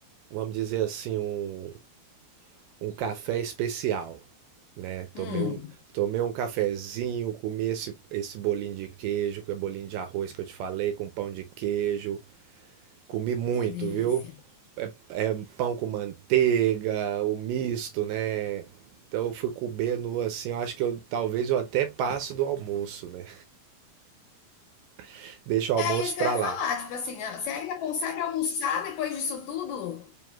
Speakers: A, on the right; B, on the left.
A: vamos dizer assim, um, um café especial, né? Tomei
B: Hum,
A: um, tomei um cafezinho, comi esse, esse bolinho de queijo, que é bolinho de arroz que eu te falei, com pão de queijo. Comi muito,
B: que delícia.
A: viu? É, é pão com manteiga, o misto, né? Então eu fui comer no assim, eu acho que eu talvez eu até passo do almoço, né? <laughs> Deixo o almoço
B: É isso que
A: pra
B: eu ia
A: lá.
B: falar, tipo assim, ah, você ainda consegue almoçar depois disso tudo?